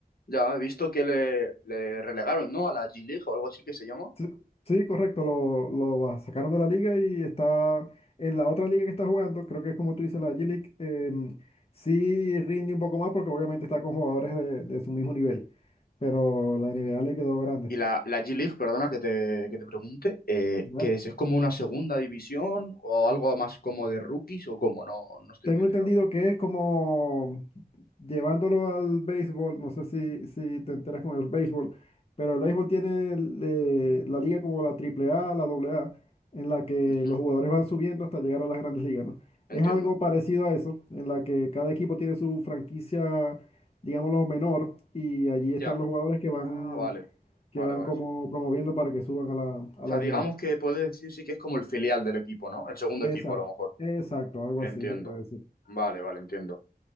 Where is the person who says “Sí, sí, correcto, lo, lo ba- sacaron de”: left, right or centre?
Left